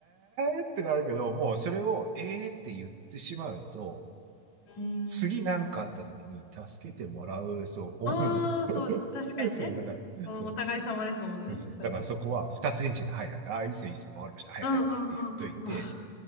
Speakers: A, on the right; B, on the left.
A: ーってなるけど、もうそれをえーって言ってしまうと、
B: うん。
A: 次なんかあった時に助けてもらう、そう、恩を。
B: ああ、
A: <laughs>
B: そう、確かにね。
A: そう、だから、
B: お互い様ですもんね。
A: そう、そう、
B: そういうとこはね。
A: だからそこは二つ返事で、はいはい、ああ、いいっすよ、いいっすよ、わかりました、はいはいって言っといて、
B: うんうんうんうん。